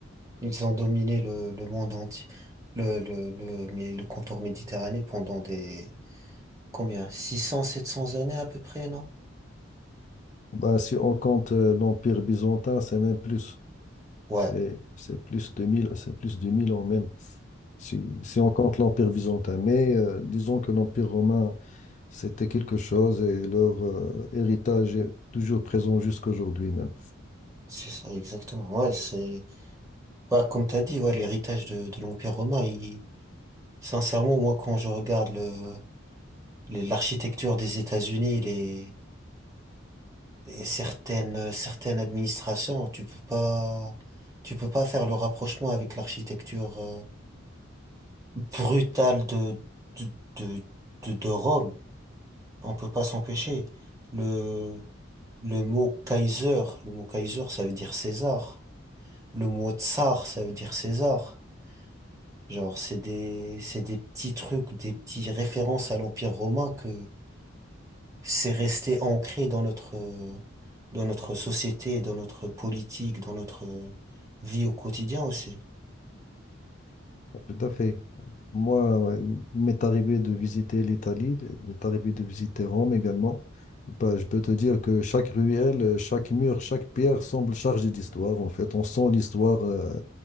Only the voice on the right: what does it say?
ils ont dominé le, le monde entier, le, le, le, mais le contour méditerranéen pendant des, combien? six cents, sept 700 années à peu près, non?
Ouais,
c'est ça, exactement. Ouais, c'est, ouais, comme t'as dit, ouais, l'héritage de, de l'Empire romain, il, sincèrement, moi, quand je regarde le, les- l'architecture des États-Unis, les, les certaines, certaines administrations, tu peux pas, tu peux pas faire le rapprochement avec l'architecture, euh, brutale de, de, de, de, de Rome. On peut pas s'empêcher. Le, le mot Kaiser, le mot Kaiser, ça veut dire César. Le mot Tsar, ça veut dire César. Genre, c'est des, c'est des petits trucs, des petites références à l'Empire romain que c'est resté ancré dans notre, euh, dans notre société, dans notre politique, dans notre euh, vie au quotidien aussi.